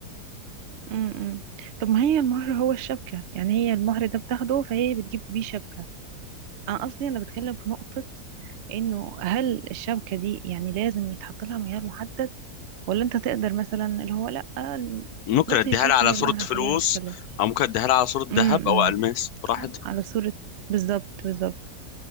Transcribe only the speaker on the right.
امم امم. طب ما هي المهر هو الشبكة يعني هي المهر ده بتاخده فهي بتجيب بيه شبكة أنا قصدي أنا بتكلم في نقطة إنه هل الشبكة دي يعني لازم يتحط لها معيار محدد ولا أنت تقدر مثلا اللي هو لأ
بص
هي الشبكة
هي المهر
خلينا نتكلم
امم
على صورة بالظبط بالظبط